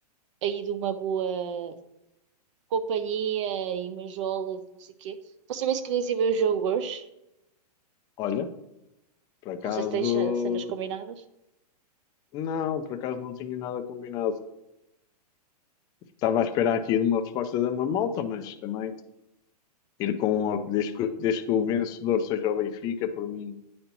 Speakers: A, on the right; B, on the left.
A: aí de uma boa companhia e umas jolas e não sei o quê, para saber se querias ir ver o jogo hoje.
B: Olha, por acaso.
A: Não sei se tens ah, cenas combinadas.
B: Não, por acaso não tinha nada combinado. Estava a esperar aqui de uma resposta da Mamalta, mas também ir com. o- Desde que, desde que o vencedor seja o Benfica, por mim